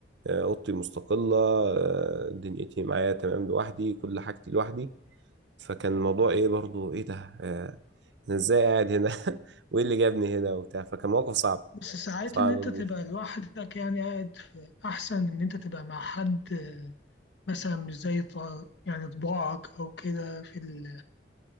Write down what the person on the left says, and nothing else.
بس ساعات
ان انت
تبقى لوحدك يعني قاعد في احسن من ان انت تبقى مع حد آه، مثلا مش زي ط- يعني طباعك او كده في ال